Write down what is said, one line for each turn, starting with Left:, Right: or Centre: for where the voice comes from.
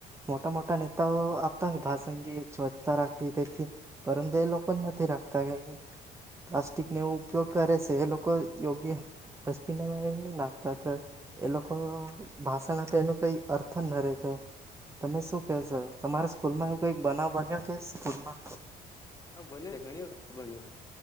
Right: મોટા મોટા નેતાઓ સ્વતા રાખવી તેથી, પરંતુ એ લોકો નથી રાખતા કે, પ્લાસ્ટિકને એવ ઉપયોગ કરે છે એ લોકો, યોગ્ય ડબિન એ નાખતા એ લોકો ભાષણ આપે એનું કઈ અર્થ ના રહેેતો તમે શું કેહે છો તમારે સ્કૂલ માં એવ કઈક બનાવ બન્યો કે સ્કૂલમાં?
Left: હ બ ઘણી વખત બન્યું